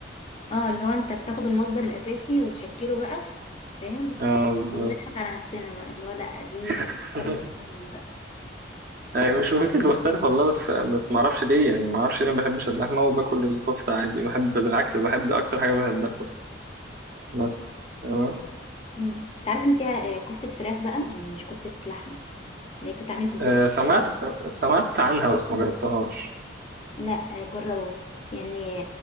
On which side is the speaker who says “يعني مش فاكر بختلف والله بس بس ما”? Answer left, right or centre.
Right